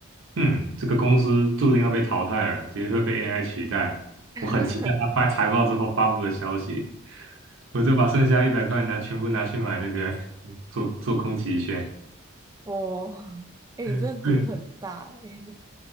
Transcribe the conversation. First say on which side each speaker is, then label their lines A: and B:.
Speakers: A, on the right; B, on the right.
A: 嗯，这个公司注定要被淘汰了，绝对会被 AI 取代。
B: <laughs>
A: 我很期待他发财报之后发布的消息，我就把剩下一百块拿全部拿去买那个 <laughs> 做做空期权。
B: 哦，诶，你真的读很大诶，
A: 对